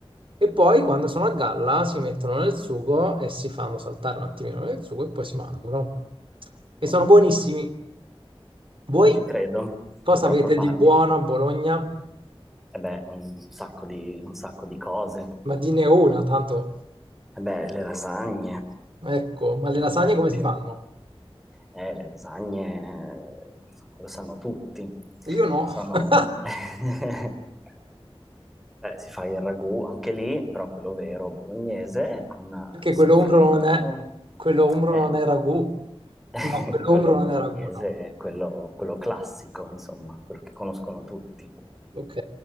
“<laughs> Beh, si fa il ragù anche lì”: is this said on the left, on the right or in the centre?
Centre